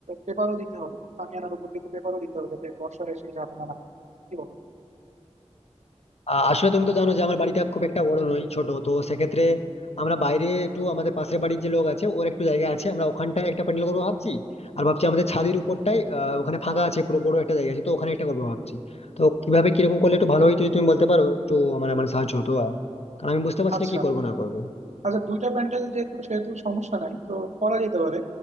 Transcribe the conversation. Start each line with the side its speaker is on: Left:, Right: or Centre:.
Right: পেপারও দিতে হবে আনার উপর দিয়ে তো পেপারও দিতে হবে যাতে বর্ষা এসে ঝাঁকুনা না করে। কি বলো
Left: আ- আসলে তুমি তো জানো যে আমার বাড়িটা খুব একটা বড় নয় ছোট তো সেক্ষেত্রে আমরা বাইরে একটু আমাদের পাশের বাড়ির যে লোক আছে ওর একটু জায়গা আছে আমরা ওখানটায় একটা প্যান্ডেল করবো ভাবছি আর ভাবছি আমাদের ছাদের উপরটাই আহ, ওখানে ফাঁকা আছে পুরো বড় একটা জায়গা আছে তো ওখানে একটা করবো ভাবছি তো কিভাবে কিরকম করলে একটু ভালো হয় যদি তুমি বলতে পারো একটু আমার মানে সাহায্য হতো আর কারণ আমি বুঝতে পারছি
Right: আচ্ছা
Left: না কি করবো না করবো
Right: আচ্ছা দুইটা প্যান্ডেল যেহেতু সেহেতু সমস্যা নাই তো করা যেতে পারে